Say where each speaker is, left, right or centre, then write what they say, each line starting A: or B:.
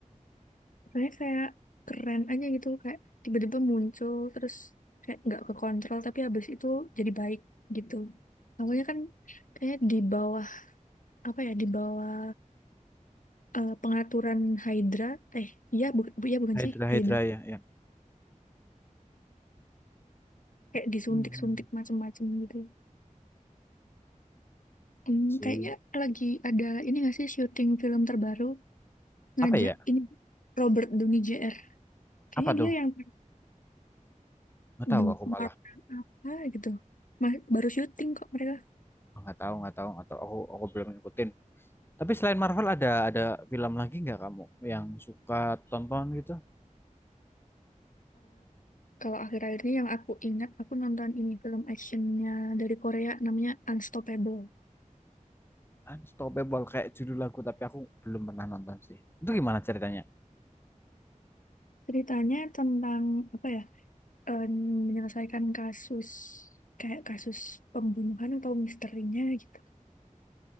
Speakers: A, on the left (about 75°); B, on the left (about 15°).
A: Soalnya kayak keren aja gitu kayak tiba-tiba muncul terus kayak nggak ke kontrol tapi habis itu jadi baik gitu. Awalnya kan kayak di bawah apa ya di bawah eh, pengaturan Hydra eh iya bu, bu- iya bukan
B: Hydra
A: sih
B: Hydra
A: Hydra
B: ya ya
A: kayak disuntik-suntik
B: Hmm.
A: macem-macem gitu. Hmm,
B: Keren sih
A: kayaknya lagi ada ini nggak sih syuting film terbaru ngajak
B: Apa ya?
A: ini Robert Downey Jr. Kayaknya
B: Apa tuh?
A: dia yang
B: Nggak tahu
A: The
B: aku malah.
A: Marvel apa gitu. Ma- baru syuting kok mereka.
B: Nggak tahu, nggak tahu, atau Aku aku belum ngikutin. Tapi selain Marvel ada ada film lagi nggak kamu yang suka tonton gitu?
A: Kalau akhir-akhir ini yang aku ingat, aku nonton ini film actionnya dari Korea namanya Unstoppable.
B: Unstoppable kayak judul lagu tapi aku belum pernah nonton sih. Itu gimana ceritanya?
A: Ceritanya tentang apa ya? em, menyelesaikan kasus kayak kasus pembunuhan atau misterinya gitu.